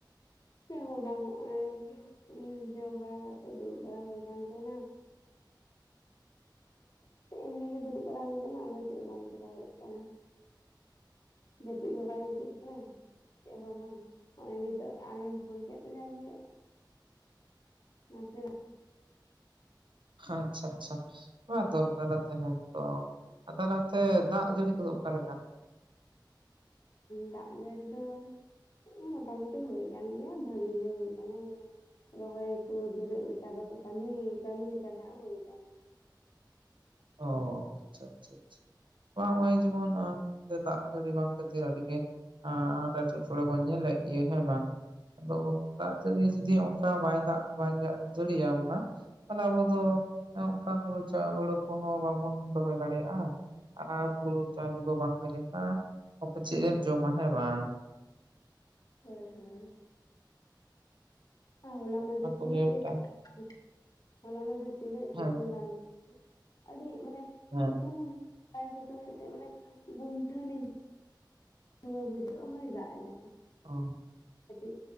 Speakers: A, on the left; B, on the right.
A: ᱪᱮᱫ ᱦᱚᱸ ᱵᱟᱝ ᱱᱚᱜᱚᱭ ᱡᱚᱢ ᱵᱟᱲᱟ ᱠᱟᱛᱮᱜ ᱫᱩᱲᱩᱵ ᱵᱟᱲᱟ ᱦᱩᱭ ᱠᱟᱱᱟᱱ ᱛᱟᱦᱮᱱᱟ ᱾ ᱮᱢᱱᱤ ᱜᱮ ᱫᱩᱲᱩᱵ ᱵᱟᱲᱟ ᱦᱩᱭ ᱟᱠᱟᱱᱟ ᱟᱫᱚ ᱪᱮᱫ ᱵᱟᱝ ᱪᱮᱠᱟ ᱦᱩᱭᱩᱜ ᱠᱟᱱᱟ ᱾ ᱡᱟᱹᱯᱤᱫ ᱦᱚᱸ ᱵᱟᱭ ᱦᱤᱡᱩᱜ ᱠᱟᱱᱟ ᱪᱮᱫ ᱦᱚᱸ ᱵᱟᱝ ᱾ ᱱᱚᱜ ᱚᱭ ᱱᱤᱛᱚᱜ ᱟᱢᱮᱢ ᱯᱷᱳᱱ ᱠᱮᱫ ᱛᱮ ᱡᱟᱜᱮ ᱾ ᱱᱟ ᱥᱮᱱᱟᱜ ᱾
B: ᱟᱪᱪᱷᱟ ᱟᱪᱪᱷᱟ ᱚᱱᱟ ᱫᱚᱨᱠᱟᱨᱟ ᱛᱟᱦᱮᱸ ᱛᱚ ᱛᱟᱦᱚᱞᱮ ᱚᱱᱛᱮ ᱫᱟᱜ ᱡᱟᱹᱲᱤ ᱠᱚᱫᱚ ᱚᱠᱟᱮᱠᱟ
A: ᱫᱟᱜ ᱡᱟᱹᱲᱤ ᱫᱚ ᱢᱚᱴᱟ ᱢᱩᱴᱤ ᱦᱩᱭ ᱠᱟᱱ ᱜᱮᱭᱟ ᱵᱷᱟᱹᱜᱤ ᱜᱮ ᱦᱩᱭ ᱟᱠᱟᱱᱟ ᱢᱟᱱᱮ ᱨᱚᱦᱚᱭ ᱠᱩ ᱫᱩᱨᱟᱹᱜ ᱞᱮᱠᱟ ᱫᱚ ᱠᱟᱹᱢᱤ ᱠᱟᱹᱢᱤ ᱞᱮᱠᱟ ᱱᱟᱦᱟᱜ ᱦᱩᱭ ᱟᱠᱟᱱ
B: ᱚᱸ ᱦᱚᱸ ᱟᱪᱷᱟ ᱟᱪᱷᱟ ᱟᱪᱷᱟ ᱵᱟᱝ ᱱᱚᱜᱚᱭ ᱡᱮᱢᱚᱱ ᱫᱟᱜ ᱡᱟᱹᱲᱤ ᱵᱟᱝ ᱠᱷᱟᱹᱛᱤᱨ ᱟᱹᱰᱤ ᱜᱮ ᱾ ᱟᱸ ᱮᱴᱠᱮᱴᱚᱬᱮ ᱵᱚᱱ ᱧᱮᱞᱮᱫ ᱜᱮ ᱦᱮᱸ ᱵᱟᱝ ᱟᱫᱚ ᱫᱟᱜ ᱡᱟ. ᱲᱤ ᱡᱩᱫᱤ ᱚᱱᱠᱟ ᱵᱟᱭ ᱫᱟᱜ ᱵᱟᱭ ᱡᱟᱹᱲᱤ ᱟᱵᱚᱱᱟ ᱾ ᱛᱟᱦᱞᱮ ᱟᱵᱚ ᱫᱚ ᱚᱱᱠᱟ ᱦᱩᱲᱩ ᱪᱟ ᱦᱩᱲᱩ ᱠᱚᱦᱚᱸ ᱵᱟᱵᱚᱱ ᱨᱚᱦᱚᱭ ᱫᱟᱲᱮᱭᱟᱜᱼᱟ ᱟᱨ ᱦᱩᱲᱩ ᱪᱟᱣᱞᱮ ᱠᱚ ᱵᱟᱝ ᱦᱩᱭ ᱞᱮᱱᱠᱷᱟᱱ ᱪᱮᱜ ᱮᱢ ᱡᱚᱢᱟ ᱦᱮᱸ ᱵᱟᱝ
A: ᱦᱳᱭ ᱦᱮᱸ ᱦᱚᱞᱟ
B: ᱚᱱᱟ
A: ᱢᱟᱦᱟᱸᱫᱮᱨ
B: ᱠᱚᱜᱮ
A: ᱛᱤᱱᱟᱹᱜ ᱜᱮ
B: ᱢᱤᱫᱴᱟᱝ
A: ᱥᱤᱛᱩᱸᱜ ᱠᱟᱱ ᱦᱚᱞᱟ ᱢᱟᱦᱟᱸᱫᱮᱨ ᱛᱤᱱᱟᱹᱜ ᱥᱤᱛᱩᱝ
B: ᱦᱮᱸ
A: ᱠᱟᱱ ᱾ ᱟᱹᱰᱤ ᱢᱟᱱᱮ
B: ᱦᱮᱸ
A: ᱥᱤᱛᱩᱝ ᱵᱟᱭ ᱥᱤᱛᱩᱝ ᱮᱫ ᱛᱮ ᱢᱟᱱᱮ ᱜᱩᱢᱴᱷᱟᱹᱱᱤ ᱫᱚᱢᱮ ᱵᱩᱡᱟᱹᱜ ᱦᱚᱭ ᱫᱟᱜ ᱮᱫᱟᱭ
B: ᱚ
A: ᱠᱟᱹᱴᱤᱡ